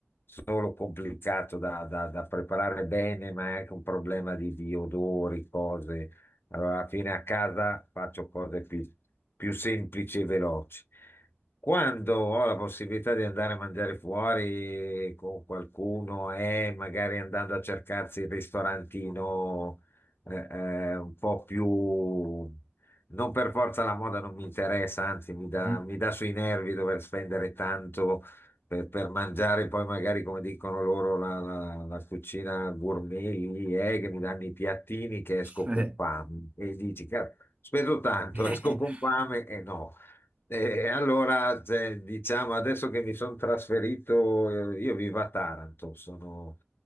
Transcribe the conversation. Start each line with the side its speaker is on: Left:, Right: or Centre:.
Left: solo complicato da, da- da preparare bene, ma è anche un problema di, di odori, cose. Allora, alla fine a casa faccio cose più, più semplici e veloci. Quando ho la possibilità di andare a mangiare fuori con qualcuno e magari andando a cercarsi il ristorantino eh, eh, un po' più... Non per forza la moda non mi interessa, anzi mi dà,
Right: Mhm.
Left: mi dà sui nervi dover spendere tanto per, per mangiare poi magari come dicono loro la, la- la cucina gourmet lì, eh, che mi danno i piattini che esco
Right: Eh.
Left: con fame e dici, "Cazzo, spendo tanto,
Right: <laughs>
Left: esco con fame e no. E allora, cioè, diciamo, adesso che mi sono trasferito, eh, io vivo a Taranto, sono